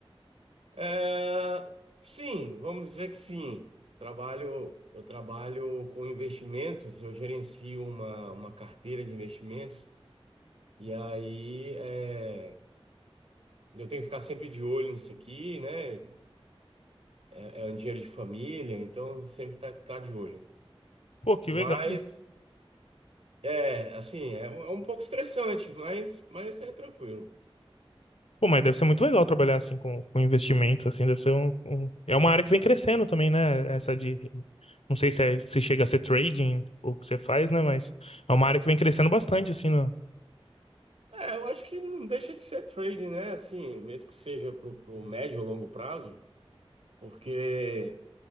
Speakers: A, on the right; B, on the left.
A: É, sim, vamos dizer que sim. Trabalho, eu trabalho com investimentos, eu gerencio uma, uma carteira de investimentos e aí é, eu tenho que ficar sempre de olho nisso aqui, né? É um dinheiro de família, então sempre tá, tá de olho.
B: Pô, que
A: Mas
B: legal.
A: É, assim, é, um é um pouco estressante, mas, mas é tranquilo.
B: Pô, mas deve ser muito legal trabalhar assim com, com investimentos, assim, deve ser um, um- É uma área que vem crescendo também, né? Essa de. Não sei se, é- se chega a ser trading, ou o que você faz, né? Mas é uma área que vem crescendo bastante, assim, no...
A: É, eu acho que não deixa de ser trading, né? Assim, mesmo que seja pro, pro médio ou longo prazo, porque